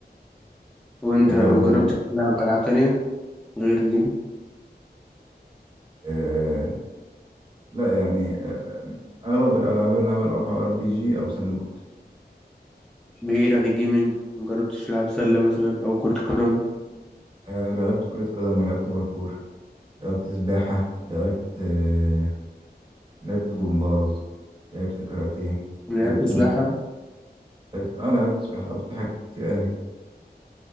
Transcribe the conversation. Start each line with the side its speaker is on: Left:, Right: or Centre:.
Centre: وانت
Right: آه
Centre: جربت تلعب العاب تانية غير دي
Right: آه لا يعني آه أغلب الألعاب اللي أنا بلعبها ار بي جي أو ساند بوكس
Centre: بعيد عن الجيمنج مجربتش تلعب سلة مثلا أو كرة قدم
Right: آه لعبت كرة قدم ولعبت باركور لعبت سباحة لعبت آه لعبت جمباز لعبت كاراتيه
Centre: لعبت
Right: لعبت
Centre: سباحة
Right: مو لعبت آه لعبت سباحة لعبت حاجات كتير أوي